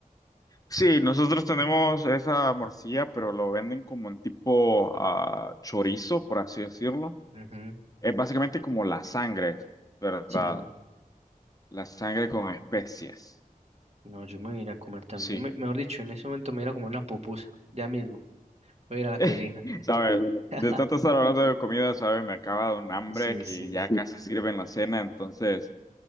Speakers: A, on the left; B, on the right.
A: Sí, nosotros tenemos esa morcilla, pero lo venden como en tipo ah, chorizo, por así decirlo
B: Ujú,
A: Es básicamente como la sangre, ¿verdad?
B: Sí.
A: La sangre con especies.
B: No, yo me voy a ir a comer también.
A: Sí.
B: Yo me, mejor dicho, en ese momento me voy a ir a comer una pupusa. Ya mismo. Voy
A: <laughs>
B: a ir a la
A: Eso
B: cocina.
A: que ¿Sabes? viene.
B: <laughs>
A: De tanto estar hablando de comida, ¿sabes? Me acaba de dar un hambre
B: Sí,
A: que
B: sí,
A: ya Sí, casi sirven la cena. Entonces,